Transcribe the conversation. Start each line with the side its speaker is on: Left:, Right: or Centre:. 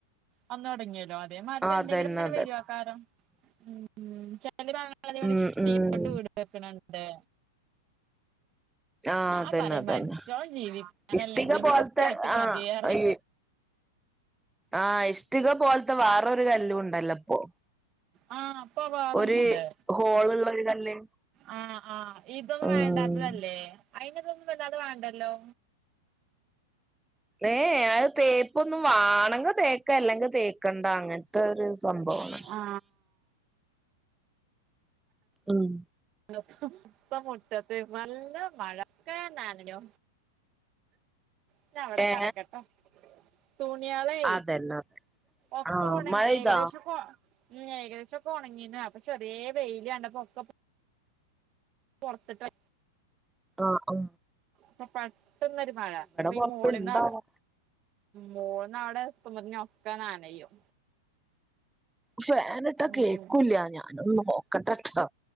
Right: വന്ന് തുടങ്ങിയല്ലോ അതേമാതിരി
Centre: അതന്നെ
Right: എന്തെങ്കിലും അങ്ങനെ
Centre: അതന്നെ
Right: വരേക്കാ രം. <unintelligible> ഞങ്ങളവടെ
Centre: ഉം
Right: ഇഷ്ട്ടികോട്ട്
Centre: ഉം
Right: വീട് വെക്ണ ണ്ട്.
Centre: ആഹ്
Right: ഞാൻ
Centre: അതന്നെ
Right: പറിം
Centre: അതന്നെ
Right: മരിച്ചോളം ജീവിക്കാനല്ലേ
Centre: ഇഷ്ടിക
Right: എന്തെങ്കിലുംക്കെയിട്ട്
Centre: പോലത്തെ
Right: മതീയറിം.
Centre: ആഹ് ഈ ആഹ് ഇഷ്ടിക പോലത്തെ വേറെരു കല്ലും ണ്ടല്ലോ ഇപ്പൊ.
Right: ആ അപ്പൊ വേറൊന്നുണ്ട്
Centre: ഒരു ഹോള്ള് ള്ള ര് കല്ല്.
Right: ആ ആ ഇതൊന്നും
Centre: ആഹ്
Right: വേണ്ടാത്തതല്ലേ. അയി ന് തൊന്നും വല്ലാതെ വേണ്ടല്ലോ?
Centre: ഏ ഏ അത് തേപ്പൊന്നും വാണെങ്കി തേക്ക അല്ലെങ്കി തേക്കണ്ട അങ്ങൻത്തെ ഒര്. സംഭവാണ്.
Right: ആ
Centre: ഉം.
Right: ക്കെ മുറ്റത്ത് ഏന്നു നല്ല മഴ ക്കെന്നനഞ്ഞു. ഞ്ഞ് അ വടെ
Centre: ഏ
Right: കടക്കട്ടെ. തുണിയാള്
Centre: അതന്നെ അതെ
Right: ഒക്കെ
Centre: ആഹ്
Right: ഒണങ്ങി
Centre: മഴെയ്താ
Right: ഏകദേശൊക്കെഒ ഏകദേശൊക്കെ ഒണങ്ങീണ് അപ്പൊ ചെറെ വെയില് കണ്ടപ്പോ ഒക്കെ പൊ പൊർത്തിട്ടാ
Centre: ആആ.
Right: പ്പം പെട്ടെന്നൊരു മഴ ഇനിപ്പ
Centre: പൊറത്ത്ണ്ടാവോ
Right: ഈ മോളീ ന്ന് മോൾന്ന് അവടെ എത്തുമ്പതി ന് ഒക്കെ ന്നനയും.
Centre: ഫേന്ട്ടാകേക്കൂല
Right: ഉം
Centre: ഞാനത് നോക്കട്ടെട്ടൊ.